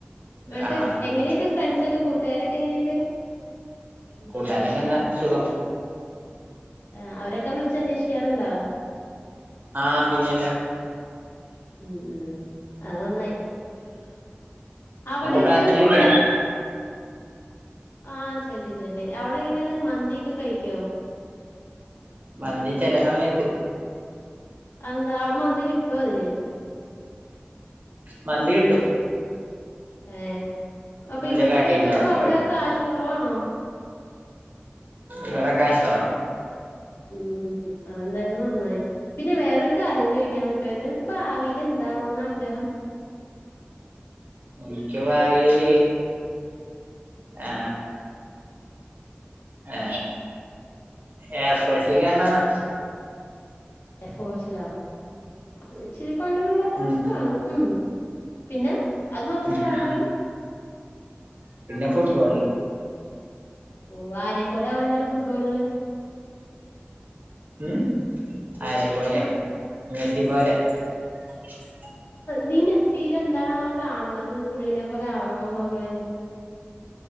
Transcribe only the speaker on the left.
എന്ട്ട്
എങ്ങനെയ്ണ്ട് ഫ്രണ്ട്സൊക്കെ കൂട്ടാരൊക്കെ എങ്ങനെയ്ണ്ട്
ആഹ് അവരൊക്കെ വിളിച്ച് അന്വേഷിക്കാറ്ണ്ടോ
ഉം അത് നന്നായി അവിടെ
എങ്ങനേണ്
മന്
ആ ചെല്ലി ചെല്ലി അവിടെ എങ്ങനേണ് മന്തിയൊക്കെ കഴിക്കോ
അഹ് എന്താ മന്തി കിട്ടോ അതിന്
ഏ അപ്പൊ
ഇവിടുത്തെ
വെച്ചോക്കുമ്പോ അവിടെ
കാശ് കുറവാണോ
ഉം അതെന്തായാലും നന്നായി പിന്നെ വേറൊരു കാര്യം ചോദിക്കാൻ വിട്ടോയി നിനക്ക് ഭാവിൽ എന്താവണോന്ന് ആഗ്രഹം
എഫോസ് അത് ഇച്ചിരി പണിയുള്ള ടാസ്ക്കാണ്
ഉം പിന്നെ അത് മാത്രേ
ഉള്ളൂ ആഗ്രഹം
ഓ ആരെ പോലെ അവാനാണ് ഫുട്ബോളിൽ
ഫു
നീ മെസിൽ എന്താണ് ആ കാൺനത് പുള്ളീനെ പോലെ ആവണ ള്ളോൻ